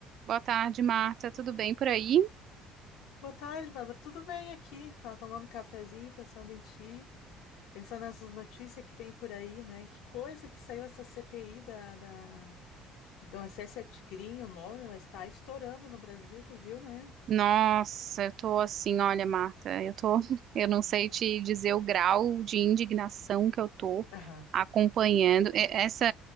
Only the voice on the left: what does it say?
Boa tarde, Bárbara. Tudo bem aqui? Tava tomando um cafezinho, pensando em ti, pensando nessas notícias que tem por aí, né? Que coisa que saiu essa CPI da, da, do acesso a Tigrinho, o nome, mas tá estourando no Brasil, tu viu, né?
Aham,